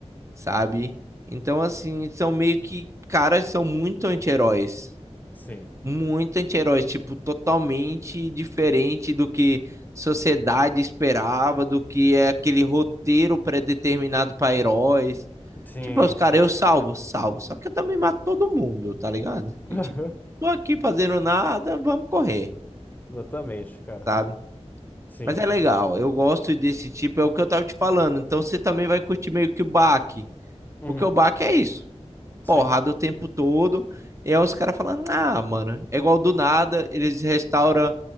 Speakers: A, on the right; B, on the left.
A: sabe? Então, assim, são meio que, caras são muito anti-heróis.
B: Sim.
A: muito anti-herói, tipo, totalmente diferente do que sociedade esperava, do que é aquele roteiro predeterminado para heróis.
B: Sim,
A: Tipo, os caras,
B: sim.
A: eu salvo, salvo. Só que eu também mato todo mundo, tá ligado?
B: <laughs>
A: Que tipo, tô aqui fazendo nada, vamos correr,
B: Exatamente, cara.
A: sabe?
B: Sim,
A: Mas é legal,
B: sim.
A: eu gosto desse tipo, é o que eu tava te falando. Então você também vai curtir meio que o baque,
B: Uhum.
A: porque o baque é isso,
B: Sim.
A: porrada o tempo todo. E aí os caras falando, ah, mano, é igual do nada, eles restauram